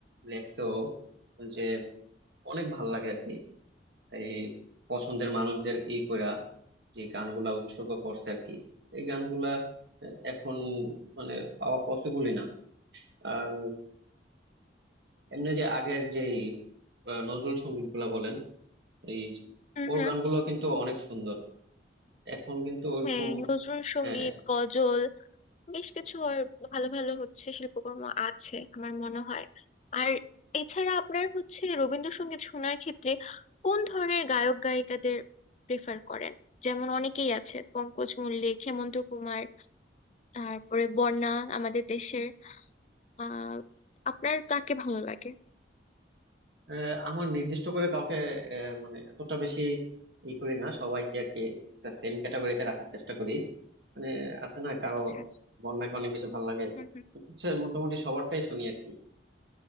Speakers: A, on the right; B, on the left.
A: লেখছে ও যে অনেক ভাল লাগে আর কি এই পছন্দের মানুষদের ই কইরা যে গানগুলা উৎসর্গ করছে আর কি এই গানগুলা আহ, এখন মানে পাওয়া পসিবলই না আর এমনি যে আগের যেই আহ, নজরুল সঙ্গীত গুলা বলেন এই
B: হুম
A: ওর
B: হুম
A: গানগুলো কিন্তু অনেক সুন্দর এখন কিন্তু ওরকম
B: হ্যাঁ নজরুল সঙ্গীত
A: আহ,
B: গজল বেশ কিছু আর ভালো ভালো হচ্ছে শিল্পকর্ম আছে আমার মনে হয় আর এছাড়া আপনার হচ্ছে রবীন্দ্রসঙ্গীত শোনার ক্ষেত্রে কোন ধরনের গায়ক গায়িকাদের প্রেফার করেন যেমন অনেকেই আছে পঙ্কজ মল্লিক হেমন্ত কুমার তারপরে বন্যা আমাদের দেশের আহ আপনার কাকে ভালো লাগে
A: আহ, আমার নির্দিষ্ট করে কাউকে আহ, মানে এতটা বেশি ই করি না সবাইকে আর কি একটা সেম ক্যাটাগরিতে রাখার চেষ্টা করি মানে আছে না কারো
B: আচ্ছা আচ্ছা
A: বন্যাকে অনেক বেশি ভালো লাগে
B: হুম হুম
A: হচ্ছে মোটামুটি সবারটাই শুনি আর কি